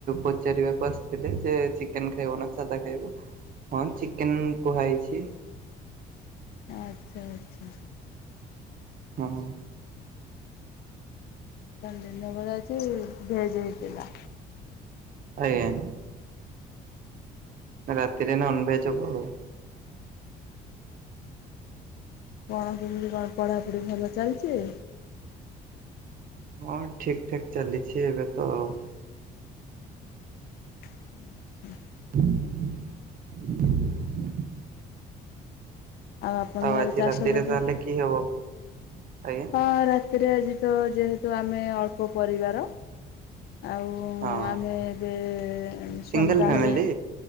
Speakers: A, on the right; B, on the left.
A: ପଚାରିବାକୁ ଆସିଥିଲେ ଯେ ଚିକେନ୍ ଖାଇବ ନା ସାଧା ଖାଇବ ହଁ ଚିକେନ୍ କୁହାହେଇଛି।
B: ଆଚ୍ଛା ଆଚ୍ଛା।
A: ହଁ।
B: ତା ଦିନ ବେଳା ଯେ ଭେଜ଼ ହେଇଥିଲା।
A: ଆଜ୍ଞା। ରାତିରେ ନନ୍‌ଭେଜ ହବ ଆଉ‌।
B: କଣ କେମିତି କଣ ପଢ଼ାପଢ଼ି ଭଲ ଚାଲିଛି?
A: ହଁ ଠିକ୍ ଠାକ୍ ଚାଲିଛି ଏବେ ତ ଆଉ।
B: <unintelligible>
A: <inaudible>
B: ଆପଣଙ୍କ
A: ଆଉ ଆଜି
B: ଘରେ ଚାଷ
A: ରାତିରେ
B: ବାସ
A: ତାହଲେ କି ହବ? ଆଜ୍ଞା
B: ହଁ ରାତିରେ ଆଜି ତ ଯେହେତୁ ଆମେ ଅଳ୍ପ ପରିବାର। ଆଉ
A: ହଁ
B: ଆମେ ଏବେ ସ୍ୱାମୀ
A: ସିଙ୍ଗଲ
B: ବାହାରେ
A: ଫ୍ୟାମିଲି